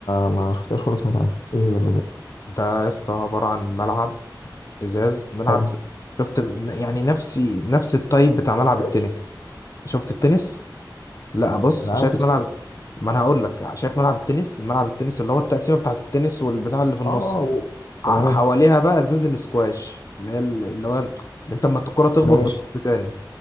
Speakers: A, on the left; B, on the left.
A: ما شفتهاش ولا سمعت عنها ايه هي البادل
B: ده يا اسطى عباره عن ملعب ازاز ملعب
A: حلو
B: ز... شفت يعني نفسي نفس التايب بتاع
A: سكواش
B: ملعب التنس شفت التنس لا بص
A: انا
B: شايف
A: عارف السكواش
B: ملعب ما انا هقول لك شايف ملعب التنس ملعب التنس اللي هو التقسيمه بتاعه التنس والبتاع اللي في النص
A: اه و- تمام
B: ع- حواليها بقى ازاز الاسكواش اللي هي ال- اللي هو اللي انت اما الكره تخبط
A: ماشي
B: بتروح تاني